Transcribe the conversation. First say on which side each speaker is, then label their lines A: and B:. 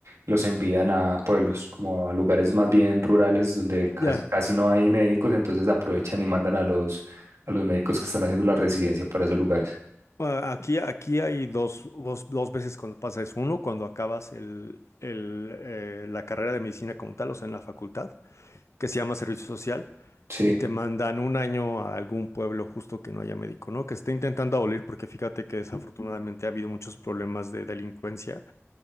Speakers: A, on the right; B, on the left.
A: los envían a pueblos, como a lugares más bien rurales donde
B: Ya,
A: casi, casi no hay médicos, entonces aprovechan y mandan a los, a los médicos que están haciendo la residencia para esos lugares.
B: Ah, Aquí, aquí hay dos, dos, dos veces cuando pasa eso. Uno, cuando acabas el, el, eh, la carrera de medicina como tal, o sea, en la facultad, que se llama servicio social,
A: Sí,
B: y te mandan un año a algún pueblo justo que no haya médico, ¿no? Que esté intentando abolir, porque fíjate que desafortunadamente ha habido muchos problemas de delincuencia,